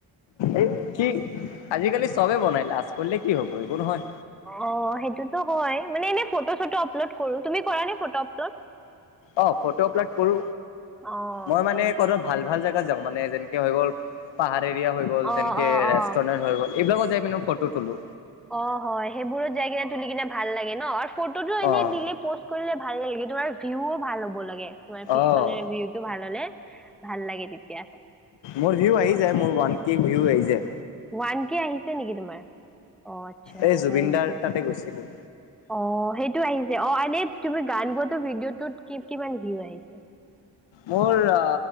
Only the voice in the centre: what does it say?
অ অ সেইটোতো হয় মানে এনে ফটো চটো আপলোড কৰো তুমি কৰা নে ফটো আপলোড
অ
হয় নেকি
অ
অ অ
অ হয় সেইবোৰত যাই কিনে তুলি কিনে ভাল লাগে ন আৰু ফটো এনেই
দিলে প কৰিলে ভাল নাগাগে তোমাৰ ভিউও ভাল হ'ব লাগে তোমাৰ পিছফালে
ভিউ টো ভাল হ'লে ভাল লাগে তেতিয়া
ওৱান কে আহি নেকি তোমাৰ অ আচ্ছা
হয় নেকি
অ সেইটো আহিছে অ এনে তুমি গান গোৱাতো ভিডিঅ' তত কি কিমান ভিউ আহিছে